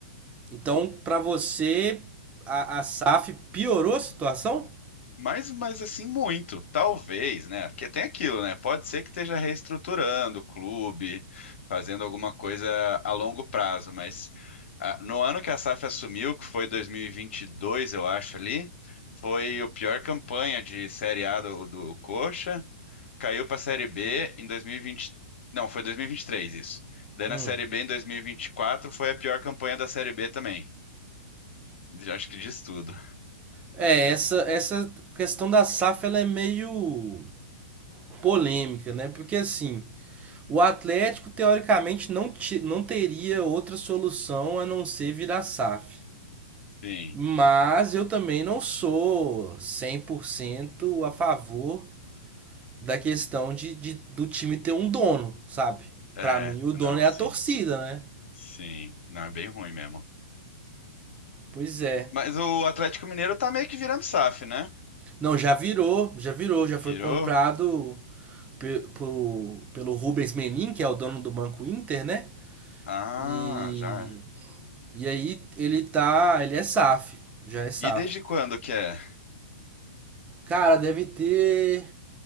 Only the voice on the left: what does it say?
Mas, mas assim, muito. Talvez, né? Porque tem aquilo, né? Pode ser que esteja reestruturando o clube, fazendo alguma coisa a longo prazo, mas ah, no ano que a SAF assumiu, que foi dois mil e e vinte e dois eu acho ali, foi a pior campanha de Série A do, do Coxa. Caiu pra Série B em dois mil e vinte, Não, foi dois mil e e vinte e três isso. Daí
na Série B em dois mil e e vinte e quatro, foi a pior campanha da Série B também. Já Acho que diz tudo.
Sim.
É,
não,
sim.
Sim. Não, é bem ruim mesmo.
Mas o Atlético Mineiro tá meio que virando SAF, né?
Virou?
Ah,
já é.
E desde quando que é?